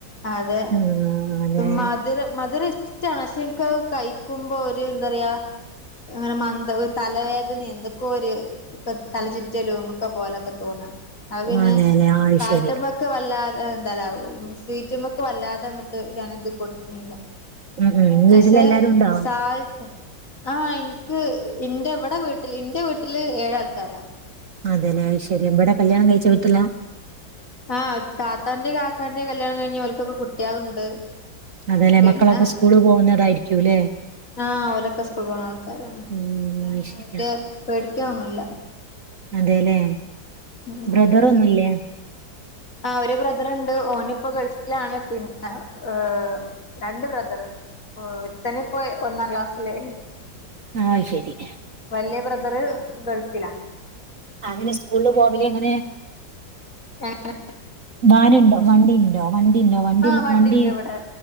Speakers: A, on the left; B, on the right.
A: അതെ,
B: ആഹ് അതെ
A: മധുരം മധുര ഷ്ടാ പക്ഷെ ഇൻക്ക്കഴിക്കുമ്പോ ഒരു എന്താറയാ അങ്ങനെ മന്ദത തലവേദന എന്തൊക്കെയോ ഒരു ഇപ്പ തല ചുറ്റലും ഒക്കെ പോലൊക്കെ തോന്നും അതുപിന്നെ
B: അതെല്ലെ അത്
A: സാൾട്ട
B: ശരി
A: പ്പൊ വല്ലാതെ എന്താറയ സ്വീറ്റ്മ്മക്ക് വല്ലാതെങ്ങട്ട്, ഞാനത് കൊടുക്കണില്ല.
B: ഉം ഉം വീട്ടിലെല്ലാരും
A: അക്ഷെ
B: ഉണ്ടോ
A: സാൾട്ട് ആ എനിക്ക് ഇന്റെ ഇവിടെ വീട്ടിൽ ഇന്റെ വീട്ടില് ഏഴാൾക്കാരാ.
B: അതെല്ലേ ഐശരി ഇവിടെ കല്യാണം കഴിച്ച വീട്ടിലാ?
A: ആ താത്താന്റേം കാക്കാന്റേം കല്യാണം കഴിഞ്ഞ് ഓൾക്കൊക്കെ കുട്ടികളുണ്ട്.
B: അതേല്ലെ,
A: പിന്നെ
B: മക്കളൊക്കെ സ്കൂളിൽ പോകുന്നവരായിരിക്കുംല്ലേ?
A: ആ ഓലൊക്കെ ഇസ്കൂൾ പോണ ആൾക്കാരാണ്
B: ഉം
A: വിടെ
B: അത്
A: അങ്ങനെ
B: ശരിയാ
A: വെല്ല്യ പേടിക്കാനൊന്നുമില്ല.
B: അതെല്ലേ?
A: ഉം
B: ബ്രദറൊന്നുംല്ലേ
A: അതെ അതെ ആ ഒരു ബ്രദറുണ്ട് ഓനിപ്പോ ഗൾഫിലാണ് പിന്നെ എ രണ്ട് ബ്രദറ് ഓ ഒരുത്തനിപ്പോ ഒന്നാം ക്ലാസ്സില്.
B: ആ ശരി.
A: വല്ല്യ ബ്രദറ് ഗൾഫിലാ.
B: അവനിസ്കൂളില് പോവലെങ്ങനെ?
A: <unintelligible>
B: വാനുണ്ട് വണ്ടിയുണ്ട്. ആ വണ്ടിയുണ്ടോ വണ്ടി
A: ആഹ് വണ്ടിണ്ട്
B: വണ്ടി
A: ഇവിടെ